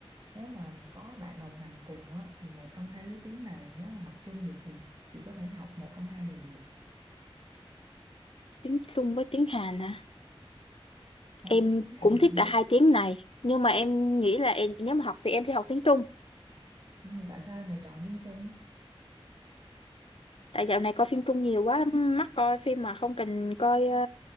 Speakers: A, on the right; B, on the left.
A: nếu mà có bạn đồng hành cùng á, thì một trong hai thứ tiếng này nếu mà học chung được thì chị có thể học một trong hai đều được
B: tiếng Trung với tiếng Hàn à
A: hai
B: em
A: thứ tiếng này
B: cũng
A: thì
B: thích
A: em
B: cả
A: thích
B: hai tiếng này nhưng mà em nghĩ là em nếu mà học thì em sẽ học tiếng Trung
A: ừ, tại sao em lại chọn tiếng Trung
B: tại dạo này coi phim Trung nhiều quá mắc coi phim mà không cần coi ờ,